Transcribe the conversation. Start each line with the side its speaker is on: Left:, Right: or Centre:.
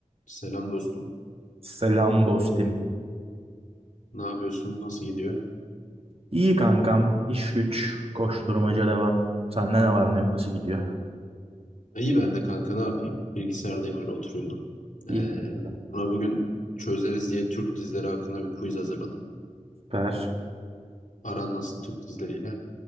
Left: Selam dostum.
Right: Selam dostum.
Left: Ne yapıyorsun? Nasıl gidiyor?
Right: İyi kankam. İş güç. Koşturmaca devam. Sende ne var ne yok nasıl gidiyor?
Left: İyi ben de kanka ne yapayım? Bilgisayardayım öyle oturuyordum.
Right: İyi
Left: Ee,
Right: kanka.
Left: ona bugün çözeriz diye Türk dizileri hakkında bir quiz hazırladım.
Right: Süper.
Left: Aran nasıl Türk dizileriyle?